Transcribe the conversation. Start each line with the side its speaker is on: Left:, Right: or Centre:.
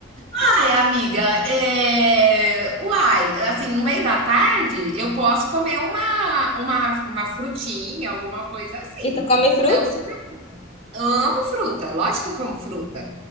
Right: Ai, amiga, é... uai, assim, no meio da tarde eu posso comer uma, uma, uma frutinha, alguma coisa assim.
Left: E tu come fruta?
Right: Não se preocupe. Amo fruta, lógico que eu como fruta.